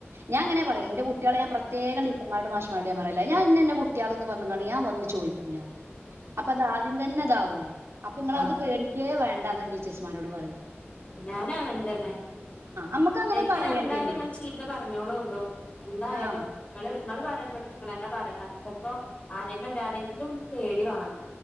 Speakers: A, on the right; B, on the left.
A: ഞാൻ ങ്ങനെ പറയും, എന്റെ കുട്ടികളെ ഞാൻ പ്രത്യേകം ടീച്ചർമാരോട് ഞാൻ പറയല്ല, ഞാൻ ഇന്ന ഇന്ന കുട്ടികളാന്ന് പറഞ്ഞങ്ങാണ് ഞാൻ വന്ന് ചോദിക്കൂല അപ്പൊ അത് ആദ്യം തന്നെ അതാവും. അപ്പൊ നിങ്ങള്
B: ആ ആ
A: അത് പേടിക്കേ വേണ്ടന്ന് ടീച്ചേഴസ്മാരോട് പറയൂ.
B: ഞാനാ വന്തന്നെ,
A: അമ്മക്ക് അങ്ങനെ
B: നെറ്റ്
A: പറയേണ്ടിയത്
B: കണ്ടാലെ നിങ്ങൾ ചീത്ത പറഞ്ഞോളോ എന്തായാലും
A: ആ
B: കുഴപ്പി നിങ്ങൾ പറയണ്ടത്ത് നിങ്ങളന്നെ പറയണം, ചിലപ്പോ ആരേലും ഒരാളെയെങ്കിലും പേടി വേണം